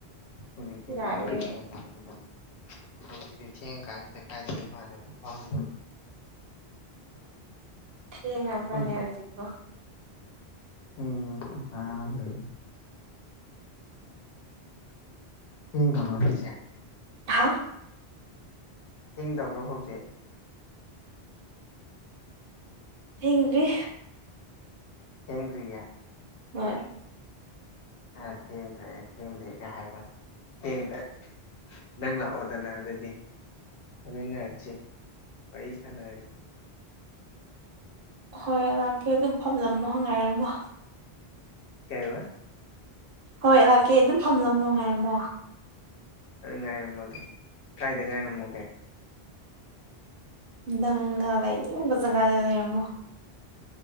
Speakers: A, on the left; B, on the right.
A: ꯍꯧꯖꯤꯛꯇꯤ <unintelligible>
B: ꯌꯥꯏꯌꯦ
A: ꯍꯧꯖꯤꯛꯇꯤ ꯊꯦꯡ ꯀꯥꯟꯁꯤꯗ ꯀꯥꯏꯗꯩ ꯏꯃꯥꯟꯅꯕ ꯐꯝꯗꯣꯏ <unintelligible>
B: ꯊꯦꯡꯉꯕ꯭ꯔꯅꯦ
A: ꯎꯝ
B: ꯍꯧꯖꯤꯛꯄꯣ
A: ꯎꯝ <inaudible> ꯊꯦꯡꯗꯕ꯭ꯔꯣ ꯍꯧꯖꯤꯛꯁꯦ
B: ꯍꯥ
A: ꯊꯦꯡꯗꯕ꯭ꯔꯣ ꯍꯧꯖꯤꯛ
B: ꯊꯦꯡꯗ꯭ꯔꯤ
A: ꯊꯦꯡꯗ꯭ꯔꯤꯌꯦ
B: ꯍꯣꯏ
A: ꯑ ꯊꯦꯡꯗ꯭ꯔꯦ ꯊꯦꯡꯗꯦ ꯀ ꯍꯥꯏꯕ ꯋꯥꯅꯤ ꯊꯦꯡꯗ꯭ꯔꯦ ꯅꯪ ꯂꯥꯛꯑꯣꯗꯅ ꯑꯗꯨꯗꯤ ꯐꯝꯃꯤꯟꯅꯔꯁꯤ ꯋꯥꯔꯤ ꯁꯥꯟꯅꯔꯁꯤ
B: ꯍꯣꯏ ꯂꯥꯛꯀꯦ ꯑꯗꯨꯝ ꯐꯝꯂꯝꯃꯣ ꯉꯥꯏꯔꯝꯃꯣ
A: ꯀꯩ ꯍꯥꯏꯕ
B: ꯍꯣꯏ ꯂꯥꯛꯀꯦ ꯑꯗꯨꯝ ꯐꯝꯂꯝꯃꯣ ꯉꯥꯏꯔꯝꯃꯣ
A: ꯑꯗꯨꯗꯤ ꯉꯥꯏꯔꯝꯃꯒꯦ ꯀꯥꯏꯗ ꯉꯥꯏꯔꯝꯃꯨꯒꯦ
B: ꯅꯪꯅ ꯂꯩꯅꯤꯡꯕ ꯖꯒꯥꯗ ꯂꯩꯔꯝꯃꯣ